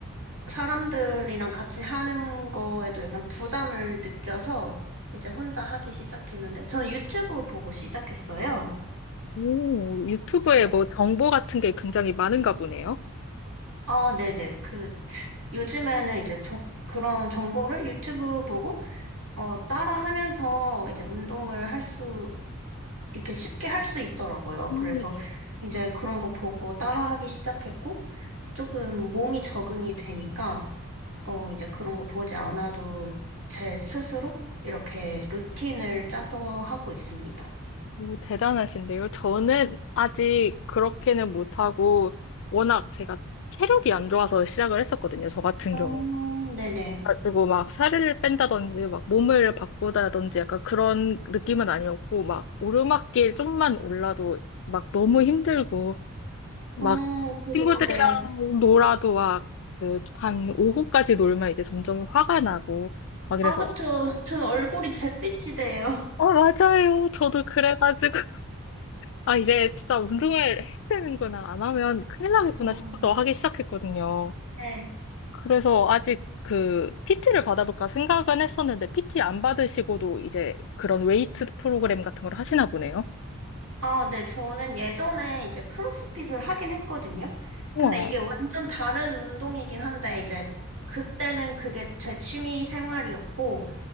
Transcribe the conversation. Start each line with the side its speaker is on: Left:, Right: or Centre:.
Right: 사람들이랑 같이 하는 거에도 약간 부담을 느껴서 이제 혼자 하기 시작했는데, 저는 유튜브 보고 시작했어요.
Left: 오, 유튜브에
Right: 네.
Left: 뭐 정보 같은 게 굉장히 많은가 보네요.
Right: 어, 네네. 그 요즘에는 이제 정- 그런 정보를 유튜브 보고 어, 따라하면서 이제 운동을 할 수, 이렇게 쉽게 할 수 있더라고요.
Left: 음.
Right: 그래서 이제 그런 거 보고 따라하기 시작했고 조금 몸이 적응이 되니까 어, 이제 그런 거 보지 않아도 제 스스로 이렇게 루틴을 짜서 하고 있습니다.
Left: 오, 대단하신데요. 저는 아직 그렇게는 못하고, 워낙 제가 체력이 안 좋아서 시작을 했었거든요. 저 같은
Right: 음,
Left: 경우에는.
Right: 네네.
Left: 그리고 막 살을 뺀다든지, 막 몸을 바꾸다든지 약간 그런 느낌은 아니었고, 막 오르막길 좀만 올라도 막 너무 힘들고, 막
Right: 음, 저도
Left: 친구들이랑
Right: 그래요.
Left: 놀아도 막 그 한 오후까지 놀면 이제 점점 화가 나고, 막 이래서,
Right: 아, 그쵸. 저는 얼굴이 잿빛이 돼요.
Left: 어, 맞아요. 저도 그래가지고. 아, 이제 진짜 운동을 해야 되는구나. 안 하면 큰일 나겠구나
Right: <laughs> 음,
Left: 싶어서 하기 시작했거든요.
Right: 네.
Left: 그래서 아직 그 PT를 받아볼까 생각은 했었는데 PT 안 받으시고도 이제 그런 웨이트 프로그램 같은 걸 하시나 보네요.
Right: 아, 네, 저는 예전에 이제 크로스핏을 하긴 했거든요.
Left: 우와,
Right: 근데 이게 완전 다른 운동이긴 한데, 이제 그때는 그게 제 취미 생활이었고,